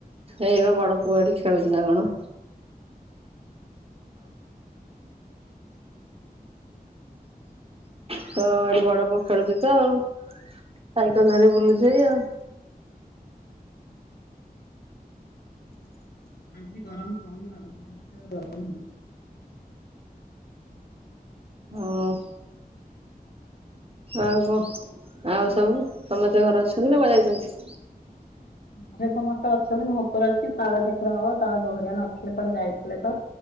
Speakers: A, on the right (about 35°); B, on the left (about 80°).
A: ଏଇ ବା ବଡ ପୁଅ ଏଠି ଖେଳୁଚି ନା କଣ। ହଁ ଏଇଠି ବଡ ପୁଅ ଖେଳୁଚି ତ ଆଉ ସାଇକେଲ୍ ଧରି ବୁଲୁଚି ଆଉ।
B: ଆଜି ଗରମ କମ୍ ଲାଗୁଚି ବେଶୀ ଗରମ ହଉନି।
A: ହଁ। ଆଉ କଁ ଆଉ ସବୁ ସମସ୍ତେ ଘରେ ଅଛନ୍ତି ନା କୁଆଡେ ଯାଇଚନ୍ତି?
B: ଘରେ ସମସ୍ତେ ଅଛନ୍ତି ମୁଁ ଉପରେ ଅଛି ତାଳ ପିଠା ହବ ତଳେ ବୋଉ ଘରିକା ନଥିଲେ କୁଆଡେ ଯାଇଥିଲେ ତ।